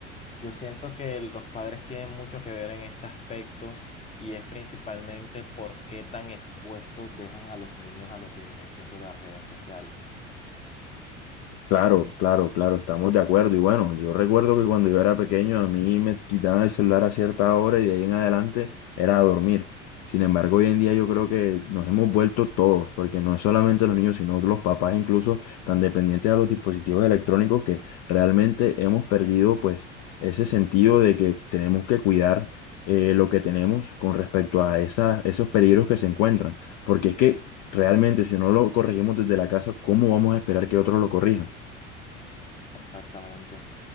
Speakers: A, on the left (about 15°); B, on the left (about 45°).
A: Yo siento que los padres tienen mucho que ver en este aspecto y es principalmente por qué tan expuestos dejan a los niños a lo que vienen siendo las redes sociales.
B: Claro, claro, claro, estamos de acuerdo. Y bueno, yo recuerdo que cuando yo era pequeño a mí me quitaban el celular a cierta hora y de ahí en adelante era a dormir. Sin embargo, hoy en día yo creo que nos hemos vuelto todos, porque no es solamente los niños, sino los papás incluso tan dependientes a los dispositivos electrónicos que realmente hemos perdido pues ese sentido de que tenemos que cuidar eh, lo que tenemos con respecto a esas, esos peligros que se encuentran. Porque es que realmente si no lo corregimos desde la casa, ¿cómo vamos a esperar que otros lo corrijan?
A: Exactamente.